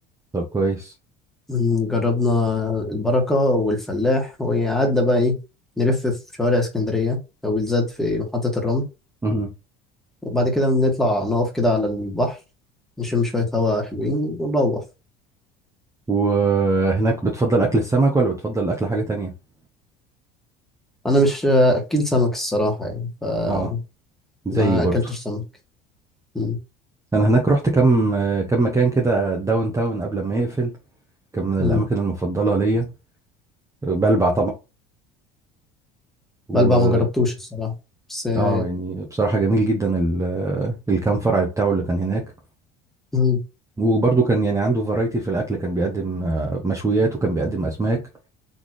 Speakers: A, on the right; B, in the centre.
A: طب كويس
B: مم، جربنا البركة والفلاح وقعدنا بقى إيه نلف في شوارع اسكندرية أو بالذات في محطة الرمل
A: مهم.
B: وبعد كده بنطلع نقف كده على البحر نشم شوية هوا حلوين ونروح
A: وهناك بتفضل أكل السمك ولا بتفضل أكل حاجة تانية
B: أنا مش آه، أكل سمك الصراحة يعني فما
A: اه زيي برضو
B: أكلتش سمك مم،
A: أنا هناك رحت كم آه، كم مكان كده داون تاون قبل ما يقفل كان من الأماكن
B: مم.
A: المفضلة ليا بلبع طبعا
B: بلبع ما جربتوش الصراحة بس آه،
A: اه يعني بصراحة جميل جدا ال- الكام فرع بتاعه اللي كان هناك
B: مم،
A: وبرضه كان يعني عنده فرايتي في الأكل كان بيقدم آه، مشويات وكان بيقدم أسماك